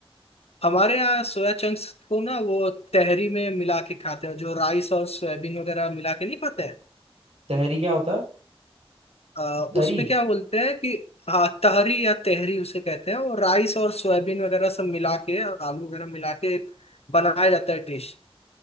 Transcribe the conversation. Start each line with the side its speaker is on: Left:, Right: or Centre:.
Left: हमारे यहाँ सोया चंक्स को ना वो तहरी में मिला के खाते हैं जो राइस और सोयाबीन वगैरह मिला के नहीं खाते हैं
Right: तहरी क्या होता है
Left: आ,
Right: तरी
Left: उसमें क्या बोलते हैं कि हाँ तहरी या तहरी उसे कहते हैं और राइस और सोयाबीन वगैरह सब मिला के और आलू वगैरह मिला के एक बनाया जाता है डिश